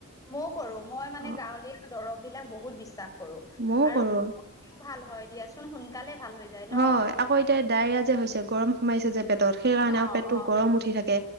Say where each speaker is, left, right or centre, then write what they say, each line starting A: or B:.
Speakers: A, on the left (about 15°); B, on the right (about 50°).
A: ময় কৰো মই মানে
B: অ
A: গাঁৱলীয়া দৰব বিলাক বহুত বিশ্বাস কৰো
B: ময়ও
A: আৰু
B: কৰো
A: ভাল হয় দিয়াচোন সোনকালে ভাল যায় ন।
B: হয় আকৌ এতিয়া ডায়েৰিয়া যে হৈছে গৰম সোমাছে যে পেটত সেই কাৰণে
A: অ
B: আৰু পেটতটো
A: অ
B: গৰম উঠি থাকে